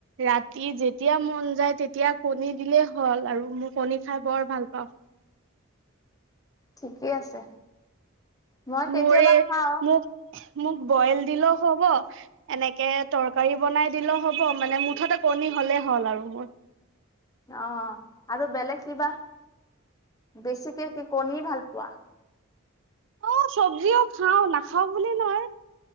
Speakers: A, on the right; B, on the left.
A: ৰাতি যেতিয়া মন যায় তেতিয়া কণী দিলেই হ'ল আৰু মোৰ কণী খাই বৰ ভাল পাওঁ।
B: ঠিকেই আছে। মই কেতিয়াবা
A: মোৰ এই
B: খাওঁ
A: মোক মোক বইল দিলো হব। এনেকে তৰকাৰী বনাই দিলো হ'ব, মানে মুঠতে কণী হ'লেই হ'ল আৰু মোৰ
B: অঁ! আৰু বেলেগ কিবা বেছিকে কি কণী ভাল পোৱা?
A: অ', চব্জিও খাওঁ নাখাওঁ বুলি নহয়